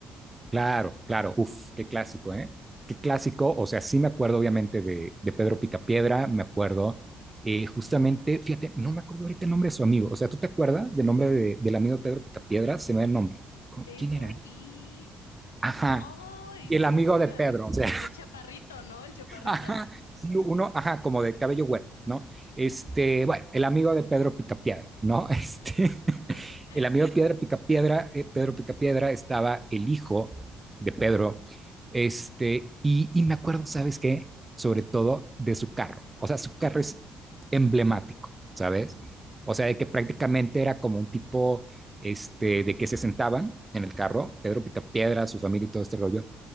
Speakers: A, on the right (about 20°); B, on the left (about 80°).
A: Claro, claro. Uf, qué clásico, ¿eh? Qué clásico. O sea, sí me acuerdo obviamente de, de Pedro Picapiedra, me acuerdo eh, justamente, fíjate, no me acuerdo ahorita el nombre de su amigo. O sea, ¿tú te acuerdas del nombre de- del amigo de Pedro Picapiedra? Se me da el nombre. ¿Con-
B: Pedro
A: ¿Quién era?
B: y...
A: Ajá.
B: ¡Ay!
A: Y
B: Se
A: el amigo
B: me olvida.
A: de Pedro, o sea,
B: El chaparrito, ¿no? El chaparrito.
A: <laughs> ajá, sí, uno, ajá, como de cabello güero, ¿no? Este, bueno, el amigo de Pedro Picapiedra, ¿no? <laughs> Este,
B: <laughs>
A: El amigo Piedra Picapiedra, eh, Pedro Picapiedra, estaba el hijo de Pedro. Este, y, y me acuerdo, ¿sabes qué? Sobre todo de su carro. O sea, su carro es emblemático, ¿sabes? O sea, de que prácticamente era como un tipo este, de que se sentaban en el carro, Pedro Picapiedra, su familia y todo este rollo.